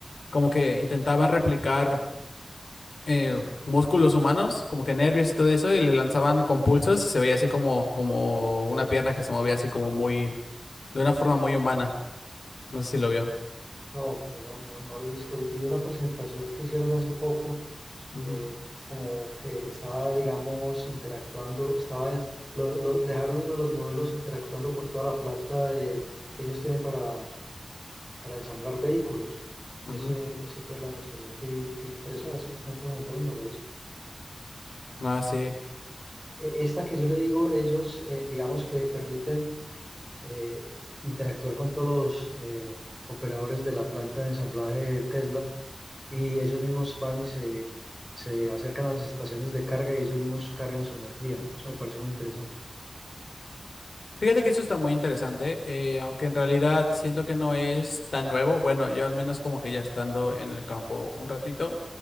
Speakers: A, on the left (about 80°); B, in the centre.
A: como que intentaban replicar. eh, músculos humanos, como que nervios y todo eso, y le lanzaban con pulsos y se veía así como, como una pierna que se movía así como muy, de una forma muy humana. No sé si lo vio.
B: No, no, no, no, no lo he visto. Vi una presentación que hicieron hace poco,
A: Ujú,
B: eh, como que estaba, digamos, interactuando, estaba, lo, lo- dejaron uno de los modelos interactuando por toda la planta de, que ellos tienen para, para ensamblar vehículos.
A: ujú.
B: Ese, esa fue la demostración que vi última, pero esa, esa que usted me está comentando no la he visto.
A: Ah, sí.
B: Eh, Esta que yo le digo, ellos, eh, digamos que permiten eh, interactuar con todos los eh, operadores de la planta de ensamblaje de Tesla y ellos mismos van y se, se acercan a las estaciones de carga y ellos mismos cargan su energía. Eso me parece muy interesante.
A: Fíjate que eso está muy interesante, eh, aunque en realidad siento que no es tan nuevo. Bueno, yo al menos como que ya estando en el campo un ratito,